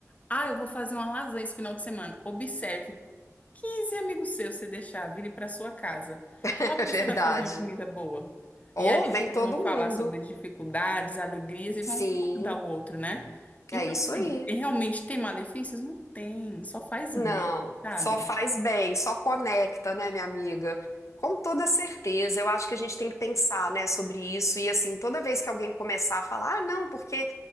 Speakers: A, on the left; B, on the left.
A: ah, eu vou fazer uma lasanha esse final de semana. Observe, 15 amigos seus se deixar virem para sua casa,
B: <laughs>
A: só porque
B: É verdade.
A: você vai fazer uma comida boa.
B: Ou
A: E ali
B: vem
A: vocês
B: todo
A: vão falar
B: mundo.
A: sobre dificuldades, alegrias e
B: Sim,
A: vão um ajudar o outro, né? Então,
B: é isso
A: assim,
B: aí.
A: realmente tem malefícios? Não tem, só faz
B: Não,
A: bem, sabe?
B: só faz bem, só conecta, né, minha amiga? Com toda certeza, eu acho que a gente tem que pensar, né, sobre isso. E assim, toda vez que alguém começar a falar, ah, não, porque